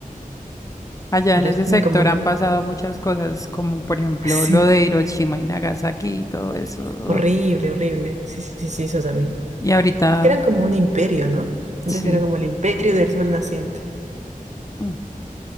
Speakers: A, on the left; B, on the right.
A: Allá
B: Entonces
A: en ese
B: tienen
A: sector
B: como una...
A: han pasado muchas cosas, como por ejemplo
B: <laughs>
A: lo de
B: Sí.
A: Hiroshima y Nagasaki y todo eso.
B: Horrible, horrible. Sí, sí, sí, sí, eso también.
A: Y ahorita,
B: Es que eran como un imperio, ¿no? Antes
A: sí.
B: era como el imperio del sol naciente.
A: Mm.